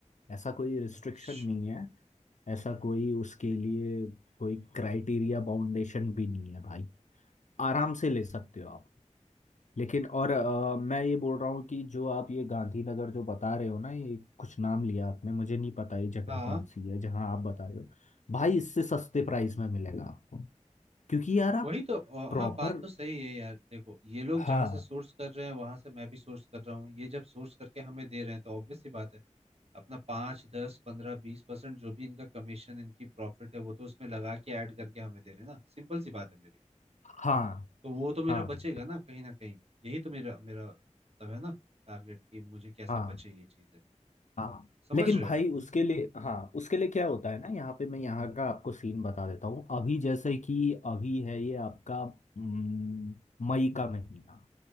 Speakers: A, on the left (about 70°); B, on the right (about 55°).
A: ऐसा कोई रिस्ट्रिक्शन
B: अच्छा
A: नहीं है ऐसा कोई उसके लिए कोई क्राइटेरिया बाउंडेशन भी नहीं है भाई आराम से ले सकते हो आप लेकिन और अ, मैं ये बोल रहा हूँ कि जो आप ये गांधीनगर जो बता रहे हो ना ये कुछ नाम लिया आपने मुझे नहीं पता ये जगह
B: हाँ
A: कौन सी है जहाँ आप बता रहे हो भाई इससे सस्ते प्राइस में मिलेगा आपको क्योंकि यार आप
B: वही तो अ,
A: प्रॉपर
B: हाँ बात तो सही है यार देखो ये लोग
A: हाँ
B: जहाँ से सोर्स कर रहे हैं वहां से मैं भी सोर्स कर रहा हूँ ये जब सोर्स करके हमें दे रहे हैं तो ऑब्वियस ही बात है अपना पाँच दस पंद्रह बीस परसेंट जो भी इनका कमीशन इनकी प्रॉफिट है वो तो उसमें लगा के ऐड करके हमें दे रहे हैं ना सिंपल सी बात है मेरी
A: हाँ
B: तो वो तो मेरा
A: हाँ
B: बचेगा ना कहीं ना कहीं यही तो मेरा मेरा मतलब है ना टारगेट कि मुझे कैसे
A: हाँ
B: बचे ये चीज
A: हाँ
B: समझ
A: लेकिन
B: रहे
A: भाई
B: हो
A: उसके लिए हाँ उसके लिए क्या होता है ना यहाँ पे मैं यहाँ का आपको सीन बता देता हूँ अभी जैसे कि अभी है ये आपका हम्म, मई का महीना